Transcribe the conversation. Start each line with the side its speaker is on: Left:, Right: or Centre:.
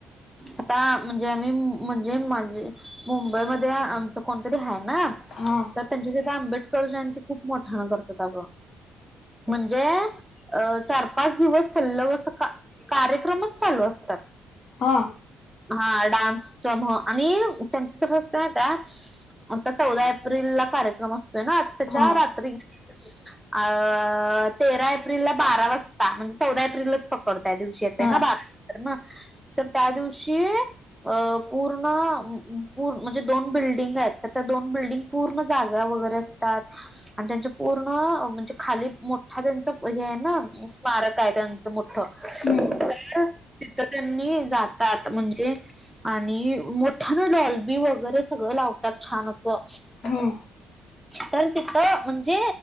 Centre: आता म्हणजे, आम्ही म्हणजेे, मुंबईमध्ये कोणतरी आहे ना,
Left: हा
Centre: तर त्यांच्या तिथं आंबेडकर जयंती खूप मोठ्यानं करतात अगं. म्हणजे अ चार पाच दिवस सल्लग अस, कार्यक्रमच चालू असतात.
Left: हा.
Centre: हा, डान्सच म, आणि त्यांचं कसं असतय माहिती आहे आता चौदा एप्रिलला कार्यक्रम असतोय ना, तर त्याच्या
Left: हा
Centre: रात्री अ तेरा एप्रिलला बारा वाजता, म्हणजे चौदा एप्रिललाच पकडता दिव येते
Left: हा
Centre: ना बारा नंतर मग, तर त्या दिवशी अ पूर्ण म्हणजे, दोन बिल्डिंग आहेत, तर त्या दोन बिल्डिंग पूर्ण जागा वगैरे असतात, आणि त्यांच्या पूर्ण म्हणजे खाली हा, त्यांच हे आहे ना, स्मारक आहे त्यांच मोठ. तर
Left: हम्म
Centre: तिथं त्यांनी जातात म्हणजे, आणि मोठ्याने डॉल्बी वगैरे सगळं लावतात, छान असं.
Left: हम्म
Centre: तर तिथं म्हणजे,